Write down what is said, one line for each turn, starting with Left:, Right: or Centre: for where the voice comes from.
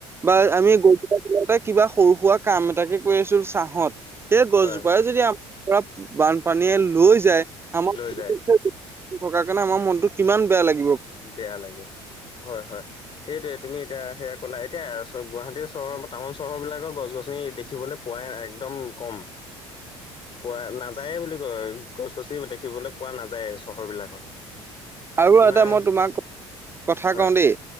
Right: বা আমি গৈ তাতে কিবা সৰু -সুৰা কাম এটাকে কৰি আছো ছাহত সেই গছজোপাই
Left: হয়
Right: যদি আমাৰ পৰা বানপানীয়ে লৈ যায়। আমাৰ
Left: লৈ
Right: <unintelligible>
Left: যায়
Right: থকাৰ কাৰণে আমাৰ মনত কিমান বেয়া লাগে
Left: বেয়া লাগে হয় -হয়। সেইটোয়ে তুমি এতিয়া সেয়া কলাই এতিয়া গুৱাহাটী চহৰ বা টাউন চহৰবিলাকৰ গছ- গছনি দেখিবলৈ পোৱাই একদম কম পোৱা নাযায়েই বুলি কয় গছ -গছনি দেখিবলৈ পোৱা নাযায় চহৰ বিলাকত।
Right: আৰু
Left: তোমাৰ
Right: এটা মই তোমাক কথা
Left: হয়
Right: কওঁ দেই